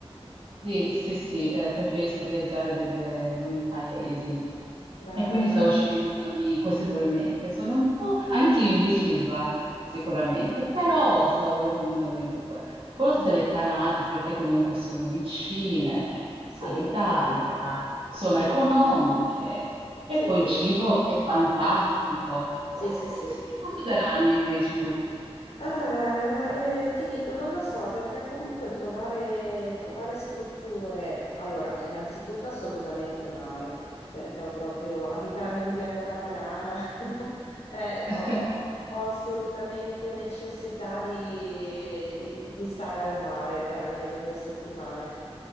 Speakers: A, on the right; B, on the left.
A: Sì, sì, sì, eh, preferisco viaggiare e vedere nuovi paesi.
B: bello.
A: E quindi stavo scegliendo una di queste due mete. Sono un po' anche io indecisa, sicuramente, però stavo valutando una delle due. Forse
B: Mm,
A: le Canarie, perché comunque sono vicine
B: Sì,
A: all'Italia, sono economiche e
B: sì,
A: poi il cibo è fantastico.
B: sì,
A: Quale
B: sì, sì.
A: mete stavi considerando invece tu?
B: Ah, ma eh, ti dico, non lo so, perché comunque trovare, trovare strutture, allora, innanzitutto assolutamente mare, perché ho proprio, abitando in pianura padana, <laughs> eh,
A: <laughs>
B: ho, ho-
A: Ti
B: ho assolutamente necessità di, di- di stare al mare per almeno due settimane.